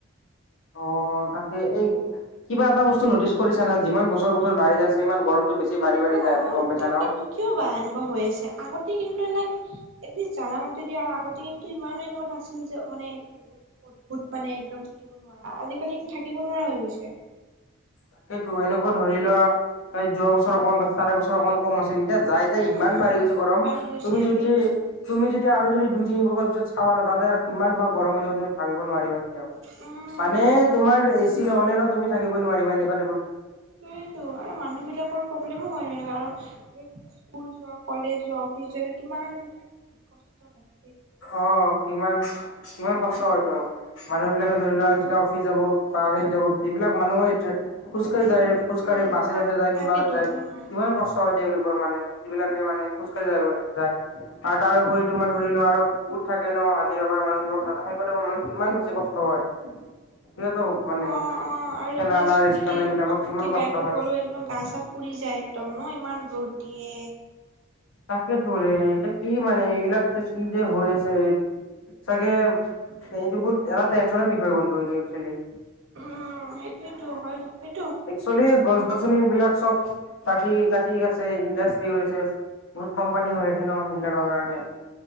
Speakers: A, on the left; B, on the right.
A: অ তাকে এই কিবা এটা বস্তু নটিচ কৰিছা না যিমান বছৰ বছৰ বাঢ়ি য আছে ইমান গৰমটো বেছি বাঢ়ি বাঢ়ি। যাই
B: অ
A: আছে গম পাইছা
B: তাকো
A: ন
B: কিয় বা এনেকুৱা হৈ আছে আগতে কিন্তু এইিলাক। এ জামতেদি আৰু আগতে কিন্তু ইমানো এনেকুৱা নাছিল যে মানে বহুত। অদ্ভুত মানে একদম থাকিব নোৱাৰা আজিকালি কিন্তু থাকিব নোৱাৰা হৈ গৈছে।
A: তাকেইো এনেকুৱা ধৰি লোৱা, যোৱা বছৰ অকমান চাৰে বছৰ অকমান কম আছিলি। এতিয়া যাইতি
B: উম
A: ইমান
B: উম
A: বাঢ়ি গৈছে গৰম,
B: বাঢ়ি গৈছে
A: তুমি যদি,
B: সেইটোৱে
A: তুমি যদি আৰু যদি দুই। চাৱা নতা আৰু। কিমান তোমাৰ গৰম হৈ যাব তুমি ভাবিব নোৱাৰিবা, কেতিয়াও
B: উম
A: মানে তোমাৰ। ছিল হ'লে ন তমিকিবই নোৱাৰিবা এনেুৱা।
B: সটোয়ো আৰু মানুহ বিলাকৰ প্ৰব্লেমো হয় ন এনেকুৱা আৰু। স্কুল যোৱা কলেজ যোৱা অফিচ যোৱা কিমান দি কষ্ট প।
A: অ কিমান কিমান কষ্ট হয়তো, মানুহ বিলাকে ধৰি লওক একদম। কি যাব বা সেই যাব যিবিলাক মানুহে, খোজ কাঢ়ি
B: উম
A: যায়
B: উম
A: খোজ
B: উম
A: কাঢ়ি বাছে
B: তাক
A: বাছে যায় কিবা
B: তাকেতো
A: য।
B: উম উম
A: কিমান কষ্ট হয় হৈছে এই বুলি। মানে যিবিলাকে মানে খোজকাঢ়ি যায় যায়, ত আৰু বটো মই ধৰি লোৱা আৰু। ক'ত থাকে ন হাজিৰা কৰা মানুহ কিব হাত খিনি মানুহ কিমান বেছি কষ্ট হয়। সেইতো মানে।
B: অ অ আৰু
A: ঠেলা
B: যে স্কুটি
A: ৰিক্সা এইবিলাকত
B: স্কুটি
A: কিমান
B: বাইকৰ
A: কষ্ট হয়।
B: গো একদম গা চা পুৰি যায় একদম ন ইমান। ৰ'দ দিয়ে।
A: তাকে ধৰে এইতি কি মানে এইবিলাক, যে কি যে হৈ আছে। চাগে, এইটো বহুত এটা টেনচনৰ বিষয় গন্টো এইটো একচেলি।
B: উম সেইটোয়েতো হয় সেই।
A: একচেলি গছ গছনিবলাক চব কাটি কাটি আছে ইণ্ডাষ্ট্ৰি হৈছে। বহুত কোম্পানী হৈ আছে ন সেইবিলাকৰ কাৰণে।